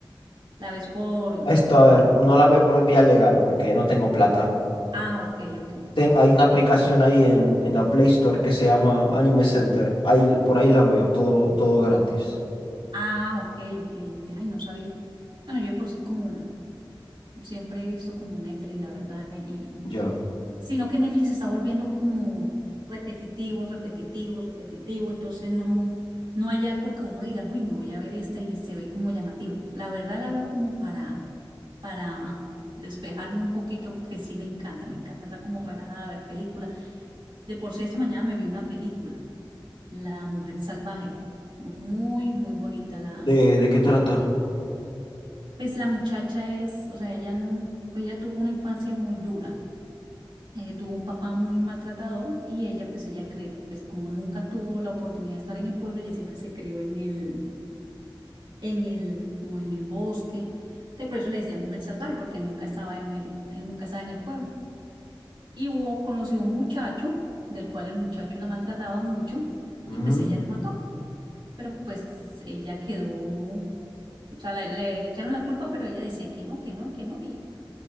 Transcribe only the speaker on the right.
la ves por,
ah, ok, ok.
Ah, ok, ok, ok. Ay, no sabía. Bueno, yo de por sí como, siempre he visto como Netflix, la verdad, y,
sino que Netflix se está volviendo como repetitivo, repetitivo, repetitivo, entonces no, no hay algo que uno diga, uy, me voy a ver esta y se ve como llamativa. La verdad la veo como para, para <laughs> despejarme un poquito, porque sí me encanta, me encanta está como relajada, ver películas De por sí, esta mañana me vi una película, La Mujer Salvaje. Muy, muy bonita la
historia. Pues la muchacha es, o sea, ella no, pues ella tuvo una infancia muy dura. Eh, tuvo un papá muy maltratador y ella, pues ella cree, pues como nunca tuvo la oportunidad de estar en el pueblo, ella siempre se crió en el, en el, como en el bosque. Entonces, por eso le decía mujer salvaje, porque nunca estaba en el, en- nunca estaba en el pueblo. Y hubo, conoció un muchacho, del cual el muchacho la maltrataba mucho,
y pues ella lo mató. pero pues ella quedó, o sea, la- le, le echaron la culpa, pero ella decía que no, que no, que no. Y